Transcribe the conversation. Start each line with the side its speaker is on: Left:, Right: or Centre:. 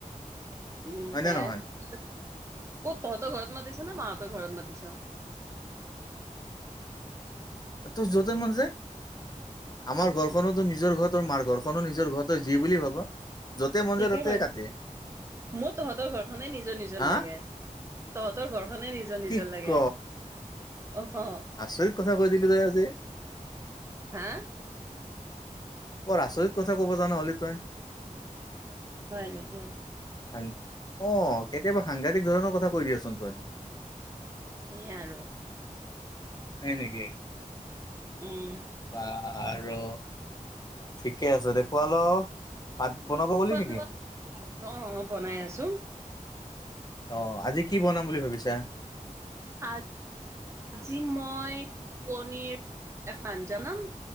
Right: উম
Left: হয় নে
Right: দে
Left: নহয়?
Right: ক'ত ঘৰত মাতিছ নে মা হতৰ ঘৰত মাতিছ?
Left: তোৰ যতে মন যায়। আমাৰ
Right: আচ্ছা
Left: ঘৰখনতো নিজৰ ঘৰ। তোৰ মাৰ ঘৰখনো নিজৰ ঘৰ তই যি বুলি ভাবা। <unintelligible>
Right: ঠিকে
Left: তাতে
Right: কৈছ
Left: কাটে
Right: মোৰ তহঁতৰ ঘৰখনে নিজৰ নিজৰ
Left: হা
Right: লাগে। তহঁতৰ ঘৰখনে নিজৰ
Left: কি
Right: নিজৰ লাগে
Left: ক
Right: অঁহ।
Left: আচৰিত কথা কৈ দিলি তই আজি।
Right: হা?
Left: বৰ আচৰিত কথা ক'ব জান হলি তই।
Right: হয় নেকি?
Left: অঁ কেতিয়াবা সাংঘাতিক ধৰণৰ কথা কৈ দিয়াচোন তই?
Right: এই আৰু
Left: হয় নেকি?
Right: উম
Left: বা আৰু ঠিকে আছে দেখুৱাল ভাত বনাব গ'লি
Right: খোৱা
Left: নেকি?
Right: লোৱা অ, অ বনাই আছো।
Left: অ, আজি কি বনাম বুলি ভাবিছা?
Right: আ আজি মই কনীৰ এখন জনাম,